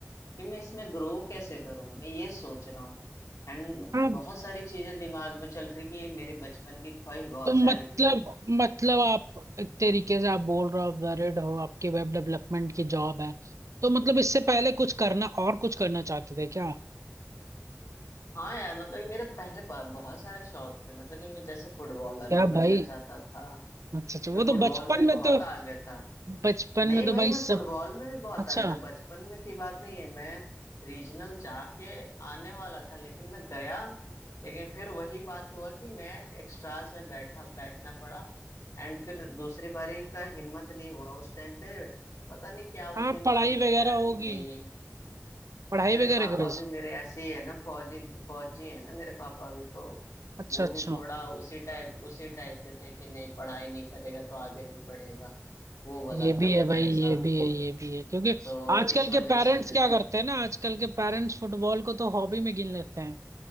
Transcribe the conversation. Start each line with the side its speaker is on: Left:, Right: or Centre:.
Left: कि मैं इसमें ग्रो कैसे करूं मैं ये सोच रहा हूँ एंड
Right: हाँ
Left: बहुत सारी चीजें दिमाग में चल रही कि मेरे बचपन की ख्वाहिश बहुत
Right: तो मतलब
Left: सारी थी
Right: मतलब आप एक तरीके से आप बोल रहे हो आप वैरिड हो आपकी वेब डेवलपमेंट की जॉब है तो मतलब इससे पहले कुछ करना और कुछ करना चाहते थे क्या
Left: हाँ यार मतलब कि मेरे पहले ब- बहुत सारे शौक थे मतलब कि मैं जैसे फुटबॉलर
Right: क्या
Left: भी बनना
Right: भाई
Left: चाहता था
Right: अच्छा अच्छा वो
Left: मैं
Right: तो
Left: फुटबॉल
Right: बचपन
Left: में भी
Right: में
Left: बहुत
Right: तो
Left: आगे था
Right: बचपन
Left: नहीं
Right: में तो
Left: भाई
Right: भाई
Left: मैं
Right: सब
Left: फुटबॉल में भी बहुत
Right: अच्छा
Left: आगे था बचपन में की बात नहीं है मैं रीजनल जाके आने वाला था लेकिन मैं गया लेकिन फिर वही बात हुआ कि मैं एक्स्ट्राज में बैठा बैठना पड़ा एंड फिर दूसरी बारी का हिम्मत नहीं हुआ उस टाइम पे पता नहीं क्या हुआ
Right: हाँ
Left: दिमाग
Right: पढ़ाई वगैरह
Left: में यार कि
Right: होगी
Left: नहीं है
Right: पढ़ाई
Left: अरे
Right: वगैरह
Left: पापा
Right: का बेस
Left: भी मेरे ऐसे ही है ना फौजी फौजी है ना मेरे पापा भी तो
Right: अच्छा
Left: वो
Right: अच्छा
Left: भी थोड़ा उसी टाइप उसी टाइप के थे कि नहीं पढ़ाई नहीं करेगा तो आगे नहीं बढ़ेगा वो वाला
Right: ये भी
Left: था उनका
Right: है भाई
Left: हिसाब
Right: ये भी है ये भी है क्योंकि
Left: तो
Right: आजकल
Left: इस वजह
Right: के पेरेंट्स
Left: से
Right: क्या करते हैं ना आजकल के पेरेंट्स फुटबॉल को तो हॉबी में गिन लेते हैं